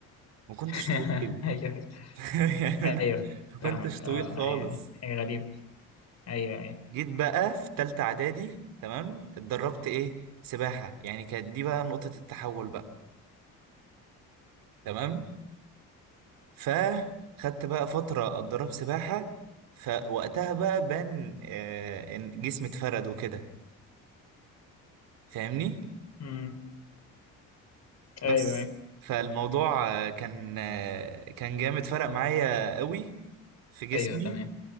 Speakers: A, on the right; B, on the left.
A: ما كنتش
B: <laughs>
A: طويل
B: أيوه
A: <laughs> يعني
B: أيوه
A: انا ما كنتش
B: فاهمك
A: طويل
B: أه
A: خالص
B: أيوه أيوة. حاجة غريبة أيوه أيوه
A: جيت بقى في تالتة اعدادي تمام اتدربت ايه سباحة يعني كانت دي بقى نقطة التحول بقى تمام فخدت بقى فترة أتدرب سباحة فوقتها بقى بان آه، إن جسمي اتفرد وكده فاهمني
B: أمم. أيوه
A: بس
B: أيوه
A: فالموضوع آه، كان آه، كان جامد فرق معايا قوي في جسمي
B: أيوه تمام